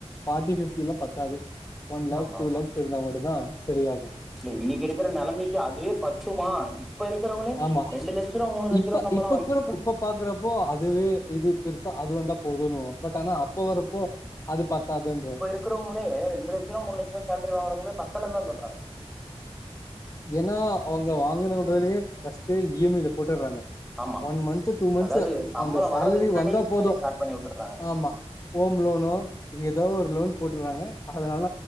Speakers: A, on the left (about 30°); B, in the centre.
A: ஃபார்ட்டி ஃபிப்டி எல்லா பத்தாது ஒன் லேக்
B: ஆமா
A: டூ
B: ஆமா
A: லேக்ஸ் இருந்தா மட்டு தான் சரி ஆகு
B: இல்ல இன்னிக்கு இருக்குற நெலமைக்கு அதுவே பத்துமா இப்ப இருக்குறவங்களே
A: ஆமா
B: ரெண்டு லட்சரூபா மூனு லட்ச
A: இப்ப
B: ரூபா சம்பள
A: இப்ப
B: வாங்க
A: கூட இப்ப பாக்குறப்போ அதுவே இது பெருசா அது வந்தா போதுன்னுவோ பட் ஆனா அப்ப வரப்போ அது பத்தாதுந்ருவே
B: இருக்ரவங்களே ரெண்டு லட்ச ரூபா மூனு லட்ச ரூபா சேலரி வாங்குறங்களே பத்தலனு தா சொல்றாங்க
A: ஏன்னா அவுங்க வாங்குன உடனே பஸ்ட்டுஇ எம் ஐ ல போட்டுற்றாங்க
B: ஆமா
A: ஒன் மந்த்து டூ மந்த்ஸ்
B: அதாவது சம்பளம்
A: அந்த சேலரி
B: வர்றதுக்கு முன்னாடியே
A: வந்தா
B: இ எம்
A: போது
B: ஐ ஸ்டார்ட் பண்ணி விட்டுறாங்க
A: ஆமா ஹோம் லோனோ ஏதோ ஒரு லோன் போட்டுறாங்க அதனால